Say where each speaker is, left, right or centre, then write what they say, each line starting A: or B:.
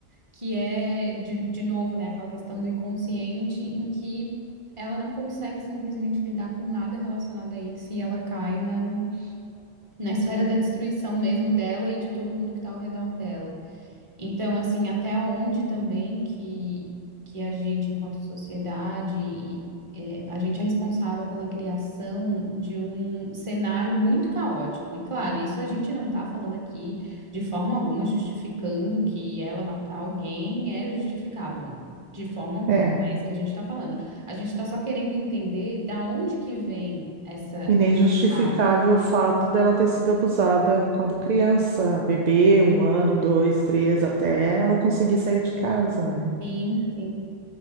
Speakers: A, on the right; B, on the right.
A: que é, de, de novo, né, aquela questão do inconsciente em que ela não consegue simplesmente lidar com nada relacionado a isso e ela cai na, no- na esfera da destruição mesmo dela e de todo mundo que está ao redor dela. Então, assim, até onde também que, que a gente, enquanto sociedade, e, é, a gente é responsável pela criação de um cenário muito caótico. E, claro, isso a gente não está falando aqui de forma alguma justificando que ela matar alguém é justificável, de forma alguma.
B: é
A: Não é isso que a gente está falando. A gente está só querendo entender da onde que vem essa,
B: E nem
A: esse
B: justificável
A: mal.
B: o fato dela ter sido abusada quando criança, bebê, um ano, dois, três, até ela conseguir sair de casa, né?
A: Sim, sim.